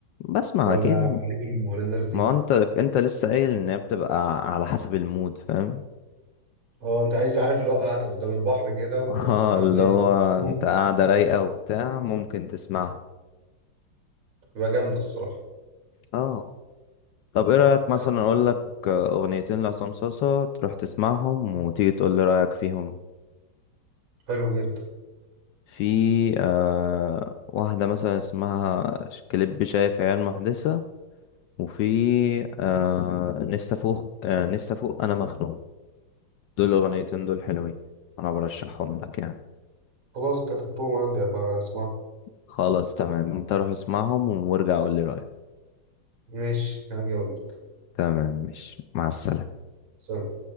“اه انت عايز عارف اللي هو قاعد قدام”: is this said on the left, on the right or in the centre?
Right